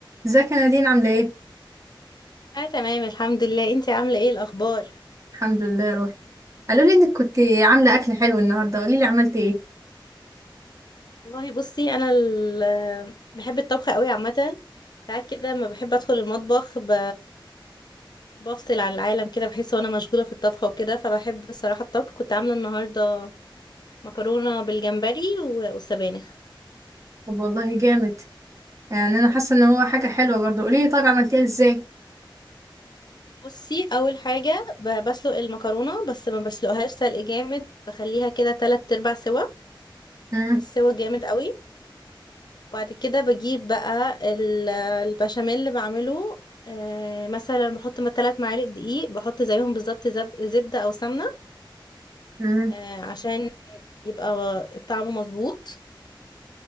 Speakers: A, on the right (about 35°); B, on the left (about 55°).
A: ازيك يا نادين عاملة ايه؟
B: اه تمام الحمد لله انتي عامله ايه الاخبار
A: الحمد لله يا روحي قالوا لي انك كنت عاملة اكل حلو النهاردة قولي لي عملتي ايه؟
B: والله بصي انا ال- آه، بحب الطبخ قوي عامه ساعات كده لما بحب ادخل المطبخ ب- بفصل عن العالم كده بحس وانا مشغوله في الطبخ وكده فبحب الصراحه الطبخ كنت عامله النهارده مكرونه بالجمبري و- والسبانخ
A: طب والله جامد يعني انا حاسة ان هو حاجة حلوة برضه قولي لي طيب عملتيها ازاي؟
B: بصي اول حاجه ب- بسلق المكرونه بس ما بسلقهاش سلق جامد بخليها كده تلات ارباع سوا
A: امم
B: مش سوا جامد قوي بعد كده بجيب بقى ال- البشاميل اللي بعمله آه، مثلا بحط ما تلات معالق دقيق بحط زيهم بالظبط زب- زبدة أو سمنة
A: امم
B: آه، عشان يبقى طعمه مظبوط